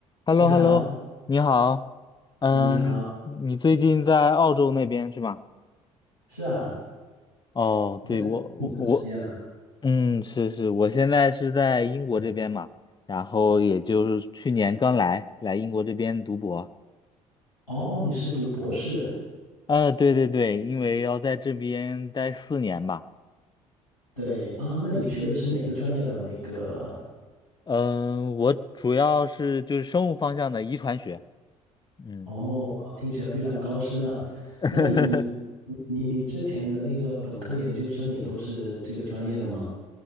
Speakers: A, on the left; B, on the left.
A: h e l
B: 你好，
A: l o h e l l o 你好，嗯，
B: 哎，你好，
A: 你最近在澳洲那边是吗？
B: 是啊，
A: 哦，
B: 我在这里挺长时间了。
A: 对，我我我，嗯，是是，我现在是在英国这边嘛，然后也就是去年刚来来英国这边读博，
B: 哦，你是读博士？
A: 呃，对对对，因为要在这边待四年吧，
B: 对啊，那你学的是哪个专业的那个？
A: 嗯，我主要是就是生物方向的遗传学，嗯。
B: 哦，哇，听起来非常高深啊。
A: <laughs>
B: 那你你你你之前的那个本科研究生也都是这个专业的吗？